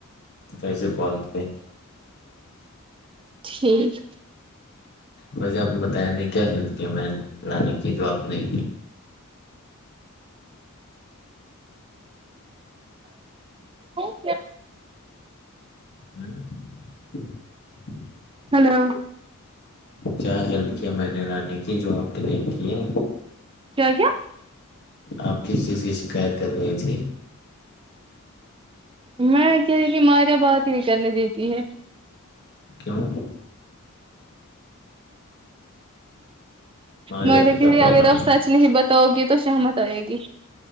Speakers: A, on the left; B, on the right.
A: کیسے کوال ہیں
B: ٹھیک
A: ویسے آپ نے بتایا نہیں کیا ہلتے پرانی کی جو آپ نے نہیں
B: کیا
A: اوں
B: ہلو
A: کیا ہیلپ کیا میں نے رانی کی جو آپ کی نہیں کی ہے
B: کیا کیا
A: آپ کس چیز کی شکایت کر رہی تھی
B: میں کہ ت مارے بات ہی نہیں کرنے دیتی ہے
A: کیوں ہمارے
B: میں
A: کو
B: دیکی
A: کیا پرابلم
B: اگر آپ
A: ہے
B: سچ نہیں بتاؤ گی تو سہمت آئے گی